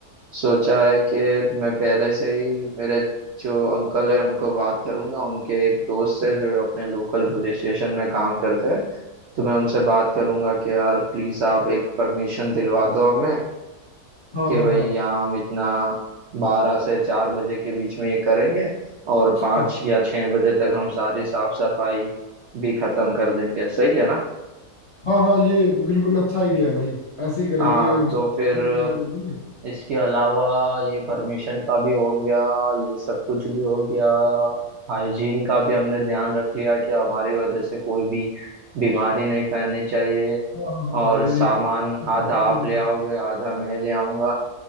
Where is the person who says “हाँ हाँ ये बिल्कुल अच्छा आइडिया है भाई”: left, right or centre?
Left